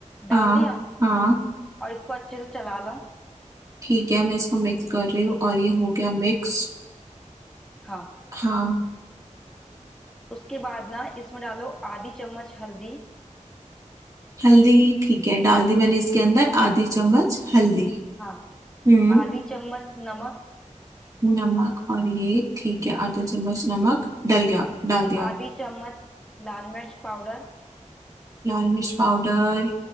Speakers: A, in the centre; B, on the right (about 25°).
A: डाल
B: हाँ
A: दिया
B: हाँ
A: और इसको अच्छे से चला लो
B: ठीक है मैं इसको मिक्स कर रही हूँ और ये हो गया मिक्स
A: हाँ
B: हाँ
A: उसके बाद ना इसमें डालो आधी चम्मच हल्दी
B: हल्दी ठीक है डाल दी मैंने इसके अंदर आधी चम्मच हल्दी
A: हाँ
B: हम्म
A: आधी चम्मच नमक
B: नमक और ये ठीक है आधा चम्मच नमक डल गया डाल दिया
A: आधी चम्मच लाल मिर्च पाउडर
B: लाल मिर्च पाउडर